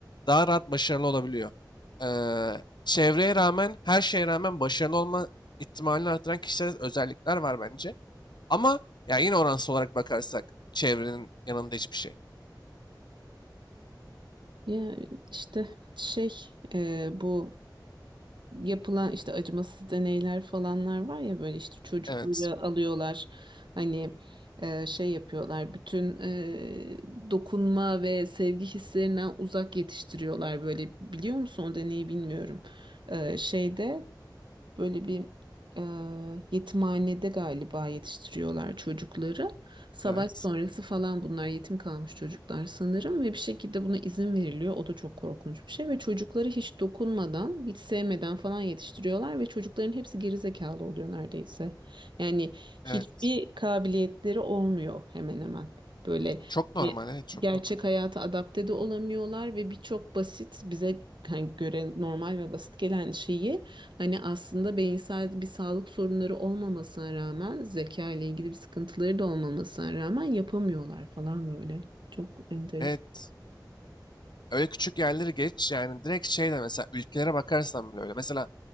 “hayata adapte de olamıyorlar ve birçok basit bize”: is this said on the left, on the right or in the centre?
Right